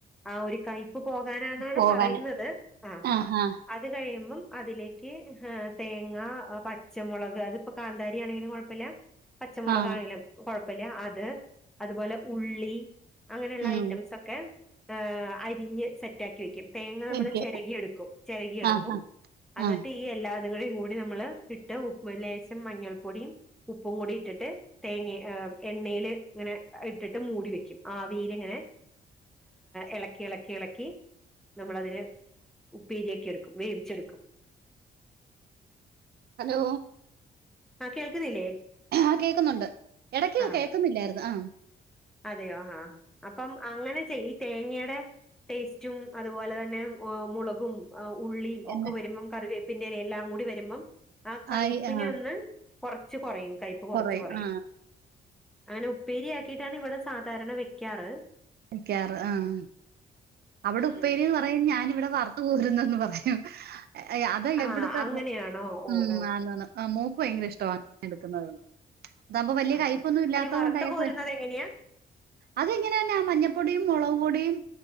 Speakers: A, in the centre; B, on the right.
A: ആഹ് ഒരു കൈ പ്പ് പോകാനാ ന്നാണ്
B: പോകാന്
A: പറയുന്നത്. ആഹ്
B: ആ ആ
A: അത് കഴിയുമ്പം അതിലേക്ക് തേങ്ങ പച്ചമുളക് അതിപ്പോ കാന്താരിയാണെങ്കിലും കുഴപ്പില്ല. പച്ചമുളകാണെങ്കിലും
B: ആ
A: കൊഴപ്പല്ല അത്. അതുപോലെ ഉള്ളി. അങ്ങനെയുള്ള
B: ഉം
A: ഐറ്റംസൊക്കെ അരിഞ്ഞ് സെറ്റാക്കി വെക്കും. തേങ്ങ നമ്മൾ
B: എനിക്ക്
A: ചെരകി എടുക്കും. ചെരകിയെടുക്കും
B: ആ
A: എന്നിട്ട്.
B: ആ
A: ഈ എല്ലാതും കൂടി നമ്മൾ ഇട്ട് ഉപ്പും ലേശം മഞ്ഞൾ പൊടിയും ഉപ്പും കൂടി ഇട്ടിട്ട് തേങ്ങ എണ്ണേൽ ഇങ്ങനെ ഇട്ടിട്ട് മൂടി വെക്കും. ആവിയിൽ ഇങ്ങനെ, ഇളക്കി, ഇളക്കി, ഇളക്കി നമ്മളതിനെ ഉപ്പെരിയാക്കി എടുക്കും വേവിച്ചെടുക്കും.
B: ഹലോ
A: ആ കേൾക്കുന്നില്ലേ
B: ആഹ്, കേക്കുന്നുണ്ട്. ഇടക്ക്
A: ആ
B: കേക്കുന്നില്ലായിരുന്നു. ആഹ്
A: അതെയോ ആഹ്, അപ്പം അങ്ങനെ ചെയ്. തേങ്ങെടെ ടേസ്റ്റും അതുപോലെ തന്നെ ഹേ മുളകും. ഉള്ളീം
B: എന്നെ
A: ഒക്കെ വരുമ്പം കറിവേപ്പിന്റെല എല്ലാം കൂടി വരുമ്പം. ആഹ്, കയ്പ്പിനെ
B: ആയി ആ
A: ഒന്ന് കൊറച്ച് കുറയും. കയപ്പ്
B: കൊറേ
A: കുറച്ച് കുറയും.
B: ആ
A: അങ്ങനെ ഉപ്പേരിയാക്കിട്ടാണ് ഇവിടെ സാധാരണ വെക്കാറ്.
B: ക്കാറ്. ആഹ്, അവിടെ ഉപ്പേരിന്ന്
A: ഉം.
B: പറയും ഞാനിവിടെ വർ ത്ത് കോര്ന്നുന്ന് പറയും. അ അതെന്നെ
A: ആ
B: ഇവിടെത്തെ
A: അങ്ങനെയാണോ
B: മൊ
A: ഓ
B: ഉം
A: ഓ
B: അങ്ങന മോക്ക് ഭയങ്കര ഇഷ്മാണ് എടുക്കുന്നത്. അതാവുമ്പ വലിയ
A: ആ
B: കയ്പ്പൊന്നും
A: ആ.
B: ഇല്ലാത്തത്
A: അല്ല ഈ വറുത്ത്
B: കൊണ്ടയാക്ക്
A: കോരുന്നത്
B: വെ
A: എങ്ങനെയാ
B: അതെങ്ങനെ. പിന്നെ മഞ്ഞപ്പൊടിയും മുളക പൊടിയും